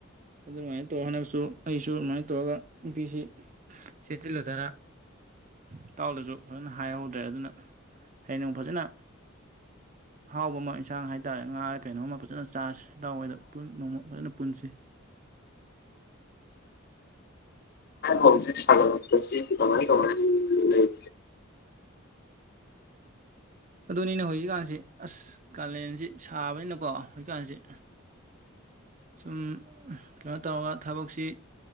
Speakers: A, on the right; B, on the left.
A: ꯑꯗꯨꯃꯥꯏꯅ ꯇꯧꯔ ꯍꯟꯗꯛꯁꯨ ꯑꯩꯁꯨ ꯑꯗꯨꯃꯥꯏꯅ ꯇꯧꯔꯒ ꯅꯨꯄꯤꯁꯤ ꯆ‌ꯦꯠꯁꯜꯂꯨꯗꯅ ꯏꯇꯥꯎꯗꯁꯨ ꯐꯖꯅ ꯍꯥꯏꯍꯧꯗ꯭ꯔꯦ ꯑꯗꯨꯅ ꯍꯌꯦꯡ ꯐꯖꯅ ꯑꯍꯥꯎꯕ ꯑꯃ ꯑꯦꯟꯁꯥꯡ ꯍꯥꯏꯇꯥꯔꯦ ꯉꯥ ꯔ ꯀꯩꯅꯣꯝꯃ ꯐꯖꯅ ꯆꯥꯁꯤ ꯏꯇꯥꯎꯍ‌ꯣꯏꯗ ꯄꯨꯟ ꯅꯣꯡꯃ ꯐꯖꯅ ꯄꯨꯟꯁꯤ
B: ꯁꯒꯉꯥꯏ ꯇ ꯂꯩ
A: ꯑꯗꯨꯅꯤꯅꯦ ꯍꯧꯖꯤꯛꯀꯥꯟꯁꯤ ꯑꯁ ꯀꯥꯂꯦꯟꯁꯤ ꯁꯥꯕꯅꯤꯅꯀꯣ ꯍꯧꯖꯤꯛꯀꯥꯟꯁꯤ ꯁꯨꯝ ꯀꯩꯅꯣ ꯇꯧꯔꯒ ꯊꯕꯛꯁꯤ